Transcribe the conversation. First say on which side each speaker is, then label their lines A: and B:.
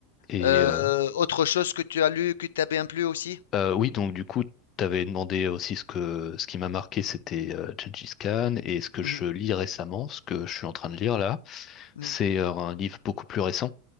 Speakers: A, on the left (about 40°); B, on the left (about 80°).
A: Et
B: Euh,
A: euh,
B: autre chose que tu as lu, que t'as bien plu aussi?
A: euh, oui, donc du coup, t'avais demandé aussi ce que ce qui m'a marqué, c'était euh, Gengis Khan, et ce que
B: Mhm,
A: je lis récemment, ce que je suis en train de lire là,
B: mhm,
A: c'est euh, un livre beaucoup plus récent